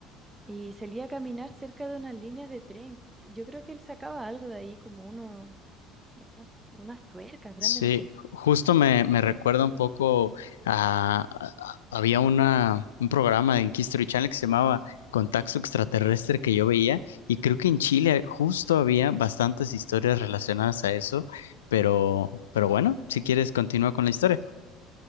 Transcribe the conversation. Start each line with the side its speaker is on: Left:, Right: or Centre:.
Right: Y salía a caminar cerca de unas líneas de tren. Yo creo que él sacaba algo de ahí, como uno, unos- unas tuercas grandes,
Left: Sí,
Right: no sé.
Left: ju- justo me, me recuerda un poco a, a- a- había una, un programa en History Channel que se llamaba Contacto Extraterrestre que yo veía y creo que en Chile justo había bastantes historias relacionadas a eso, pero, pero bueno, si quieres continúa con la historia.